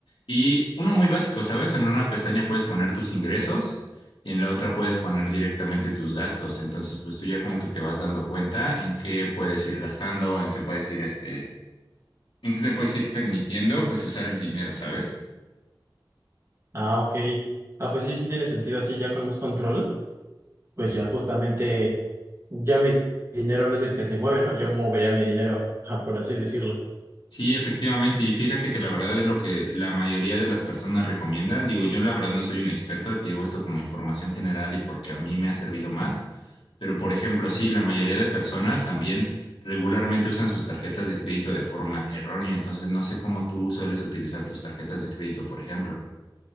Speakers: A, on the left (about 75°); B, on the right (about 30°).
A: Y uno muy básico, ¿sabes? En una pestaña puedes poner tus ingresos y en la otra puedes poner directamente tus gastos. Entonces, pues tú ya como que te vas dando cuenta en qué puedes ir gastando, en qué puedes ir este entonces te puedes ir permitiendo pues usar el dinero, ¿sabes?
B: Ah, ok. Ah, pues sí, sí tiene sentido, así ya con más control, pues ya justamente, ya mi dinero no es el que se mueve, ¿no? Yo movería mi dinero, ah, por así decirlo.
A: Sí, efectivamente. Y fíjate que la verdad es lo que la mayoría de las personas recomiendan. Digo, yo la verdad no soy un experto, te digo esto como información general y porque a mí me ha servido más. Pero, por ejemplo, sí, la mayoría de personas también regularmente usan sus tarjetas de crédito de forma errónea. Entonces, no sé cómo tú sueles utilizar tus tarjetas de crédito, por ejemplo.